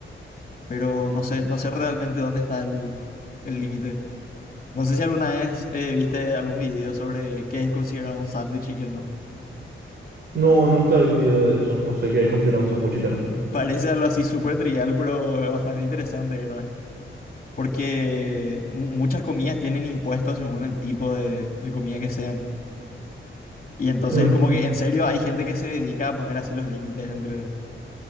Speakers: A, on the left; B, on the right.
A: pero no sé, no sé realmente dónde está el el límite. No sé si alguna vez eh, viste algún video sobre qué es considerado un sándwich y qué no.
B: No, nunca vi un video de eso. No sé qué es considerado un sándwich y qué no.
A: Parece algo así súper trivial, pero bastante interesante, ¿verdad? porque mu- muchas comidas tienen impuestos según el tipo de, de comida que sean. Y entonces
B: Mm,
A: es como que en serio hay gente que se dedica a poner así los límites entre,